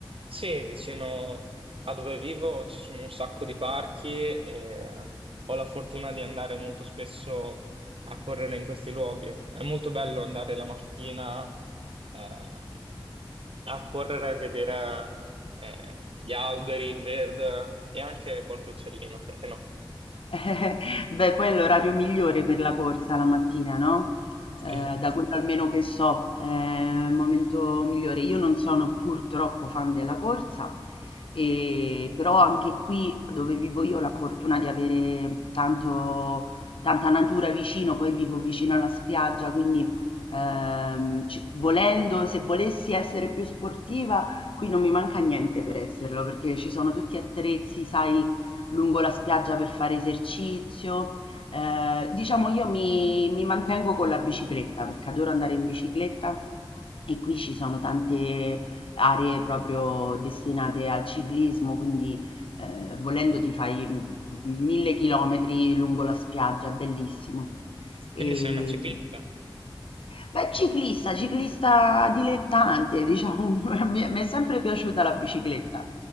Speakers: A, on the right; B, on the left.
A: Sì, vicino a dove vivo ci sono un sacco di parchi e ho la fortuna di andare molto spesso a correre in questi luoghi. È molto bello andare la mattina. ehm, a correre e vedere eh, gli alberi, il verde e anche qualche uccellino, perché no?
B: <laughs> Beh, poi è l'orario migliore per la corsa la mattina, no?
A: Sì.
B: Eh, da quello almeno che so, è il momento migliore. Io non sono purtroppo fan della corsa, e- però anche qui dove vivo io ho la fortuna di avere tanto, tanta natura vicino, poi vivo vicino alla spiaggia, quindi ehm, ci- volendo, se volessi essere più sportiva, qui non mi manca niente per esserlo, perché ci sono tutti attrezzi, sai lungo la spiaggia per fare esercizio. Eh, diciamo io mi, mi mantengo con la bicicletta perché adoro andare in bicicletta e qui ci sono tante aree proprio destinate al ciclismo, quindi eh, volendo ti fai mille chilometri lungo la spiaggia, bellissimo. E,
A: Quindi sei una ciclista.
B: Beh, ciclista, ciclista dilettante, diciamo, <laughs> mi è mi è sempre piaciuta la bicicletta.